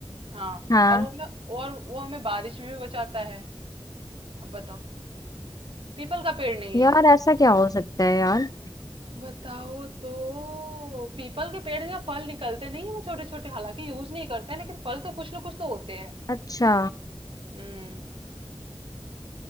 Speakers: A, on the right; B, on the left.
A: हाँ
B: हाँ
A: और वो मैं और वो हमें बारिश में भी बचाता है अब बताओ पीपल का पेड़ नहीं है
B: यार ऐसा क्या हो सकता है यार
A: बताओ तो पीपल के पेड़ से फल निकलते नहीं है छोटे छोटे हालांकि यूज नहीं करते हैं लेकिन फल तो कुछ ना कुछ तो होते हैं
B: अच्छा
A: हम्म